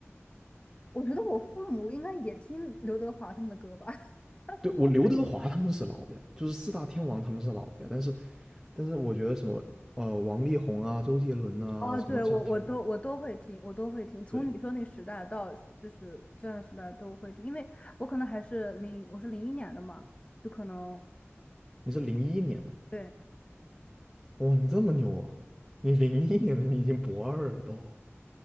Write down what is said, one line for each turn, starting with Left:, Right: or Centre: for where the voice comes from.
Left: 我觉得我父母应该也听刘德华他们的歌吧。<laughs>
Centre: 对，我刘德华他们是老的呀，就是四大天王他们是老的呀。但是但是我觉得什么呃王力宏啊、周杰伦啊，
Left: 哦，
Centre: 什么像陶
Left: 对，我我都我都会听，我都会听，从你说那个时代到就是这样的时代都会听，
Centre: 对
Left: 因为我可能还是零，我是零一年的嘛，就可能
Centre: 你是零一年的，
Left: 对，
Centre: 哇，你这么牛啊！你零一年的，你已经博二了都。